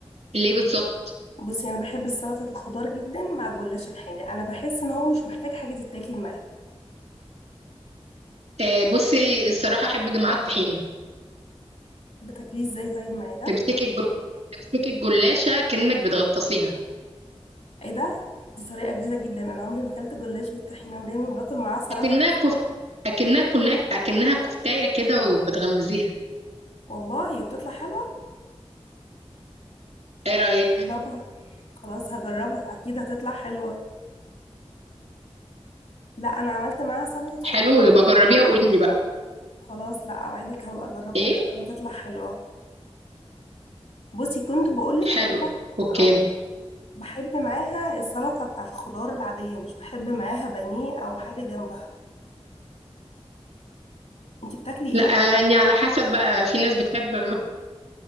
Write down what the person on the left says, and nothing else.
بصي انا بحب السلطة الخضار جدا مع الجلاش الحادق انا بحس ان هو مش محتاج حاجة تتاكل معاه
بتاكليه ازاي طيب مع ده
ايه ده دي طريقة جديدة جدا انا عمري ما اكلت جلاش بالطحينة انا دايما باكل معاه سلطة
بس.
والله بتطلع حلوة
جربها خلاص هجربها اكيد هتطلع حلوة لا انا عملت معاها سلطة
خضار
عادية.
خلاص لا اوعدك هبقى اجربها
ان شاء الله تطلع حلوة بصي كنت بقولك
ان أنا-
آه. بحب معاها السلطة بتاعت الخضار العادية مش بحب معاها بانيه أو حاجة جنبها انتي بتاكلي
ايه